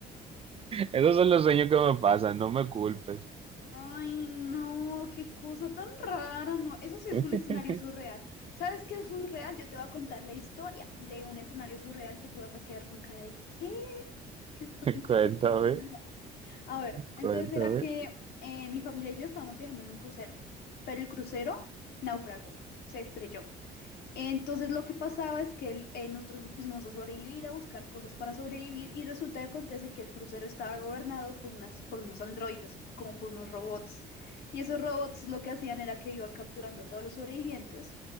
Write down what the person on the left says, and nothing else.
Ay, no, qué cosa tan rara, no. Eso sí es
un escenario surreal. ¿Sabes qué es surreal? Yo te voy a contar la historia de un escenario surreal que tú vas a quedar con cara de ¿qué? ¿Qué está haciendo
esta señora? A ver, entonces
era que eh, mi familia y yo estábamos viajando en un crucero, pero el crucero naufragó, se estrelló. Entonces lo que pasaba es que el- eh, nosotros nos pusimos a sobrevivir, a buscar cosas para sobrevivir y resulta que acontece que el crucero estaba gobernado por unas, por unos androides, como por unos robots. Y esos robots lo que hacían era que iba capturando a todos los sobrevivientes